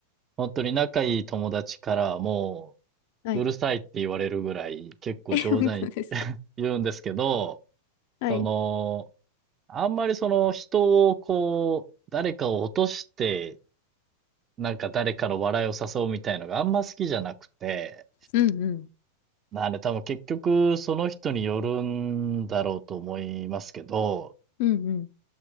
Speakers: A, on the right; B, on the left.
A: 本当に仲いい友達からも
B: はい。
A: う、うるさいって言われるぐらい、結構冗談
B: え、本当ですか
A: 言うんですけど、
B: はい。
A: その、あんまりその人をこう、誰かを落として、なんか誰かの笑いを誘うみたいのがあんま好きじゃなくて、
B: うんうん。
A: なんで多分結局その人によるんだろうと思いますけど、
B: うんうん。